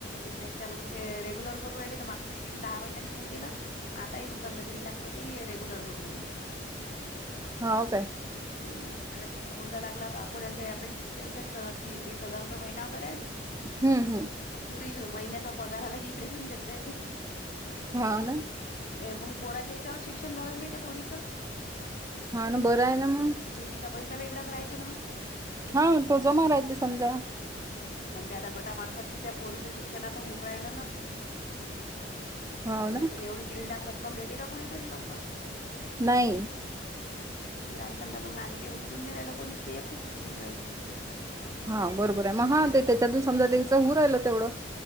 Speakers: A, on the left (about 50°); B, on the right (about 20°).
A: त्याच्या मग ते रेग्युलर भरून रा माग दहा महिन्यात नाय केलं आता ही उचललं दीड लागतं ती रेग्युलर होऊन राहिली.
B: हा हो काय
A: हम तिचा मुलगा लागला होता अकोल्याला त्या्र शिकषच्या तर ती वीस हजार रुपये महिना होता रा्याले
B: हम्म हम्म
A: पुरी महिन्याचा पगार आला की इकडे देऊन द्याेत जाय ते
B: हा ना
A: ते मग पोराच्या याच्यावर शिक्षण झालं बा त्या प पुरीचं
B: हा ना बरं आहे ना मग
A: शेतीचा पैसा वेगळाच राहते ना मग
B: हा तो जमा राहते समजा
A: पण त्या आता गटामार्फत तिच्या पोरीचं शिक्षणाचं होऊन राहिलं ना
B: हो ना
A: नाहीत एवढी दीड लाख रक्कम देते का कोुणीतरी लवकर
B: नाही
A: ग्रामसंघां मग आ्ही उचलून नाही राहिल कोणीच त ते एकटीच उचलून राहिली
B: हा बरोबर आहे मग हा ते त्याच्यातून समजा त्याचं हऊर राहिलं तेवढं